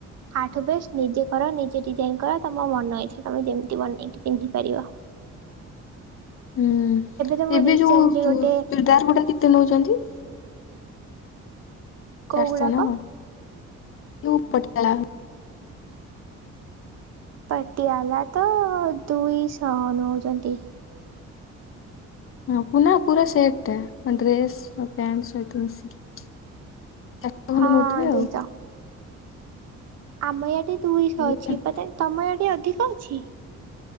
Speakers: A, on the right (about 60°); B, on the left (about 45°).
A: ତାଠୁ ବେଷ୍ଟ ନିଜେ କର ନିଜେ ଡିଜାଇ କର ତମ ମନ ଇଛା ଯେମତି ବନେଇକି ପିନ୍ଧି ପାରିବ
B: ହୁଁ
A: ତ ମୁଁ
B: ଏବେ
A: ରିସେଣ୍ଟଲି
B: ଯୋଉ ଚୁର୍ଡରଦାର
A: ଗୋଟେ
B: ଗୁଟା କେତେ ନଉଛନ୍ତି
A: କୋଉ
B: ଚାରିଶହ
A: ଗୁଡାକ
B: ନା କଣ ଟୁ ପଟା
A: ପାଟିଆ ହେଲା ତ ଦୁଇଶହ ନଉଛନ୍ତି
B: ହ ପୁନା ପୁରା ସେଟ ଟା ଡ୍ରେସ୍ ପ୍ୟାଣ୍ଟ ସହିତ ମିଶିକି ଚାରିଶହ ଖଣ୍ଡେ
A: ହଁ
B: ନଉଥିବେ
A: ଦେଇଛ
B: ଆଉ।
A: ଆମ ଇଆଡେ ଦୁଇଶହ
B: ଏଇଆ
A: ଅଛି ତମ ଏ ଟିକେ ଅଧିକ ଅଛି